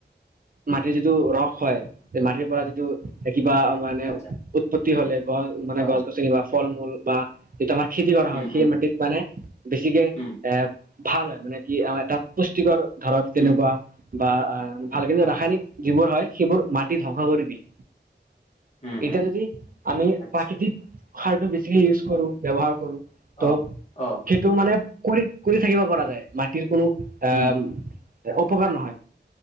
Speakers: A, on the right; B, on the left.
A: মাটি যিটো যিটো ৰস হয় মাটিৰ পৰা যিটো কিবা মানে
B: আচ্ছা
A: উৎপত্তি হ'লে গছ মানে
B: অ
A: গছ গছনি বা ফল মূল বা যিটো আমাৰ খেতি কৰা
B: উম
A: হয় সেই
B: উম
A: মাটিত মানে বেছিকে
B: উম
A: এ ভাল হয় মানে কি এটা পুষ্টিকৰ ধৰক তেনেকুৱা
B: উম
A: বা ভাল কিন্তু
B: হয়
A: ৰাসায়নিক
B: হয়
A: যিবোৰ হয় সেইবোৰ মাটি ধ্বংস কৰি দিয়ে।
B: উম
A: এতিয়া
B: উম
A: যদি আমি
B: আচ্ছা
A: প্ৰাকৃতিক সাৰটো বেছিকে ইউজ কৰোঁ ব্যৱহাৰ কৰোঁ। ত'
B: অ অ
A: সেইটো মানে কৰি কৰি থাকিব পৰা যায় মাটিৰ কোনো আহ
B: উম
A: অপকাৰ নহয়